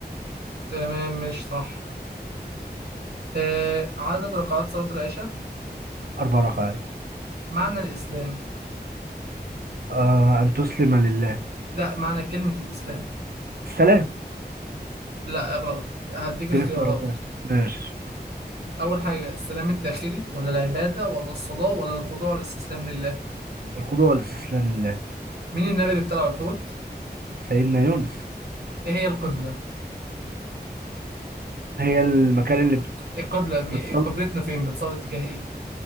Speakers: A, on the right (about 80°); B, on the right (about 65°).
A: تمام مش صح آه... عدد ركعات صلاة العشاء
B: أربع ركعات
A: معنى الإسلام
B: آه أن تسلم لله
A: لا معنى كلمة الإسلام
B: السلام
A: لا غلط هديك
B: اديني
A: اختيارات
B: اختيارات تانية. ماشي
A: أول حاجة السلام الداخلي ولا العبادة ولا الصلاة ولا الخضوع والاستسلام لله
B: الخضوع والاستسلام لله
A: مين النبي اللي ابتلعه الحوت
B: سيدنا يونس
A: إيه هي القبلة
B: هي المكان اللي بت-
A: القبلة مي...
B: بتصلي
A: قبلتنا فين بتصلي تجاه إيه